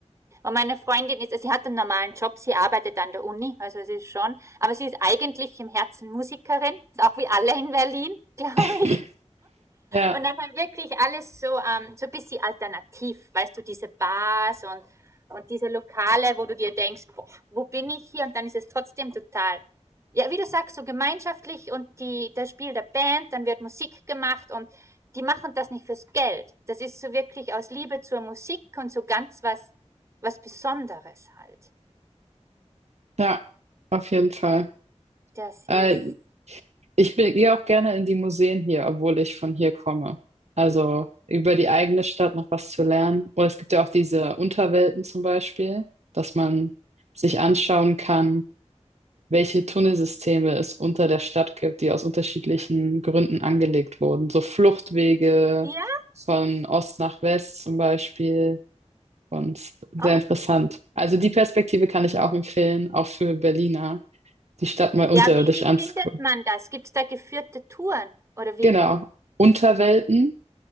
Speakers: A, on the right (about 25°); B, on the right (about 70°).
A: und meine Freundin ist, sie hat einen normalen Job, sie arbeitet an der Uni, also sie ist schon, aber sie ist eigentlich im Herzen Musikerin, ist auch wie alle in Berlin, <laughs> glaube
B: <laughs>
A: ich.
B: Ja,
A: Und dann war wirklich alles so, ähm, so ein bisschen alternativ, weißt du, diese Bars und, und diese Lokale, wo du dir denkst, boah, wo bin ich hier? Und dann ist es trotzdem total, ja, wie du sagst, so gemeinschaftlich und die, das Spiel der Band, dann wird Musik gemacht und die machen das nicht fürs Geld. Das ist so wirklich aus Liebe zur Musik und so ganz was, was Besonderes halt.
B: ja, auf jeden Fall.
A: Das
B: Äh,
A: ist,
B: Ich bin- gehe auch gerne in die Museen hier, obwohl ich von hier komme. Also über die eigene Stadt noch was zu lernen. Oder es gibt ja auch diese Unterwelten zum Beispiel, dass man sich anschauen kann, welche Tunnelsysteme es unter der Stadt gibt, die aus unterschiedlichen Gründen angelegt wurden. So Fluchtwege
A: ja,
B: von Ost nach West zum Beispiel. Und sehr
A: oh.
B: interessant. Also die Perspektive kann ich auch empfehlen, auch für Berliner, die Stadt mal unterirdisch
A: ja, wie, wie
B: anzugucken.
A: findet man das? Gibt es da geführte Touren? Oder wie,
B: Genau. Unterwelten.